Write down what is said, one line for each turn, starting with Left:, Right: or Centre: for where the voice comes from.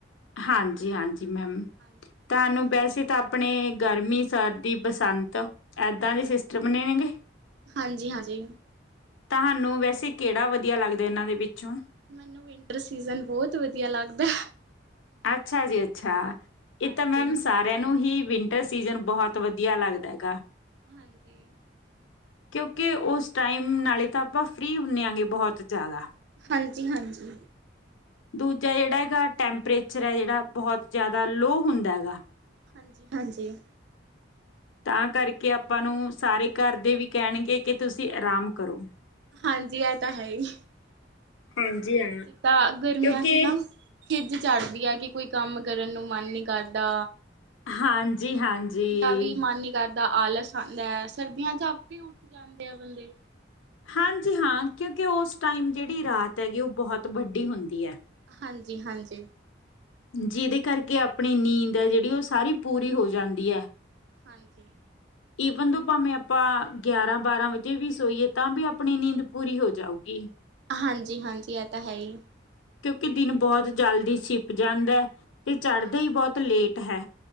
Left: ਹਾਂਜੀ ‌, ਹਾਂਜੀ। ਮੈਮ,
Right: ਹਾਂਜੀ
Left: ਤੁਹਾਨੂੰ
Right: ਹਾਂਜੀ
Left: ਵੈਸੇ ਤਾਂ ਆਪਣੇ ਗਰਮੀ ਸਰਦੀ, ਬਸੰਤ, ਏਦਾਂ ਦੇ ਸਿਸਟਰਮ ਨੇ ਹੇਗੇ।
Right: ਹਾਂਜੀ, ਹਾਂਜੀ
Left: ਤੁਹਾਨੂੰ, ਵੈਸੇ ਕਿਹੜਾ ਵਧੀਆ ਲੱਗਦਾ? ਇਹਨਾਂ ਦੇ ਵਿੱਚੋਂ
Right: ਮੈਨੂੰ, ਵਿੰਟਰ ਸੀਜਨ ਬਹੁਤ ਵਧੀਆ ਲੱਗਦਾ।
Left: ਅੱਛਾ ਜੀ, ਅੱਛਾ। ਇਹ
Right: ਹਾਂਜੀ
Left: ਤਾਂ ਮੈਮ ਸਾਰਿਆਂ ਨੂੰ ਹੀ ਵਿੰਟਰ ਸੀਜਨ ਬਹੁਤ ਵਧੀਆ ਲੱਗਦਾ ਹੈਗਾ।
Right: ਹਾਂਜੀ।
Left: ਕਿਉਂਕਿ, ਉਸ ਟਾਈਮ ਨਾਲੇ ਤਾਂ ਆਪਾਂ ਫ੍ਰਰੀ ਹੁੰਨੇ ਆਗੇ, ਬਹੁਤ ਜਿਆਦਾ।
Right: ਹਾਂਜੀ, ਹਾਂਜੀ।
Left: ਦੂਜਾ ਜਿਹੜਾ ਹੈਗਾ ਟੈਂਪਰੇਚਰ ਹੈ ਜਿਹੜਾ ਬਹੁਤ ਜ਼ਿਆਦ ਲੋ ਹੁੰਦਾ ਹੈਗਾ
Right: ਹਾਂਜੀ ਹਾਂਜੀ
Left: ਤਾਂ ਕਰਕੇ ਆਪਾਂ ਨੂੰ ਸਾਰੇ ਘਰ ਦੇ ਵੀ ਕਹਿਣਗੇ ਕਿ ਤੁਸੀਂ ਆਰਾਮ ਕਰੋ।
Right: ਹਾਂਜੀ ਇਹ ਤਾਂ ਹੈ ਹੀ। ਜਿੱਦਾਂ
Left: ਹਾਂਜੀ ਹਾਂ
Right: ਗਰਮੀ
Left: ਕਿਉਂਕਿ
Right: ਦਨਿਆ ਚ ਨਾ ਖਿੱਝ ਚੜਦੀ ਹੈ, ਕਿ ਕੋਈ ਕੰਮ ਕਰਨ ਨੂੰ ਮਨ ਮਨ ਨ ਕਰਦਾ,
Left: ਹਾਂਜੀ-ਹਾਂਜੀ।
Right: ਉੱਠਣ ਦਾ ਵੀ
Left: ਹਾਂਜੀ
Right: ਮਨ ਨੀ ਕਰਦਾ। ਦਾ ਆਲਸ ਆਉਂਦਾ ਹੈ। ਸਰਦੀਆਂ ਚ ਆਪੇ ਉੱਠ ਜਾਨ ਕਿਆ ਬੰਦੇ
Left: ਹਾਂਜੀ ਹਾਂ, ਕਿਉਂਕਿ ਉਸ ਟਾਈਮ ਜਿਹੜੀ ਰਾਤ ਹੈਗੀ ਉਹ ਬਹੁਤ ਬਡੀ ਹੁੰਦੀ ਹੈ।
Right: ਹਾਂਜੀ-ਹਾਂਜੀ।
Left: ਜਿਹਦੇ ਕਰਕੇ ਆਪਣੀ ਨੀਂਦ ਹੈ ਜਿਹੜੀ ਉਹ ਸਾਰੀ ਪੂਰੀ ਹੋ ਜਾਂਦੀ ਹੈ।
Right: ਹਾਂਜੀ।
Left: ਇਹ ਬਧ ਆਪਾਂ <unintelligible> ਗਿਆਰਾਂ ਬਾਰਾਂ ਵਜੇ ਵੀ ਸੋਈਏ ਤਾਂ ਵੀ ਆਪਣੀ ਨੀਂਦ ਪੂਰੀ ਹੋ ਜਾਊਗੀ।
Right: ਹਾਂਜੀ-ਹਾਂਜੀ ਇਹ ਤਾਂ ਹੈ ਹੀ।
Left: ਕਿਉਂਕਿ ਦਿਨ ਬਹੁਤ ਜਲਦੀ ਸ਼ਿਪ ਜਾਂਦਾ ਹੈ। ਤੇ ਚੜ੍ਹਦਾ
Right: ਹਾਂਜੀ,
Left: ਹੀ ਬਹੁਤ ਲੇਟ ਹੈ